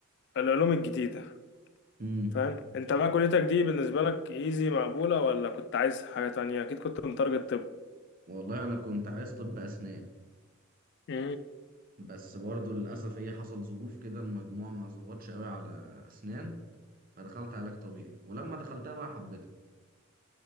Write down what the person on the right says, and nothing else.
امم
والله أنا كنت عايز طب أسنان
بس برضه للأسف إيه حصل ظروف كده المجموع ما ظبطش قوي على أسنان فدخلت علاج طبيعي ولما دخلتها بقى حبيتها